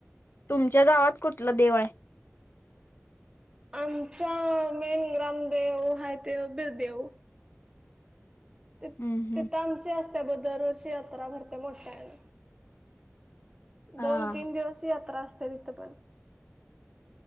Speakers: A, on the left; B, on the right.
A: तुमच्या गावात कुठलं देव आहे?
B: तुमचा मेन ग्रामदेव हाय तो बिरदेव. ति
A: हम्म हम्म
B: तिथं आमची असत्यात, ओ दरवर्षी यात्रा भरत्या मोठ्यानं.
A: हा
B: दोन-तीन दिवस यात्रा असत्या तिथं पण.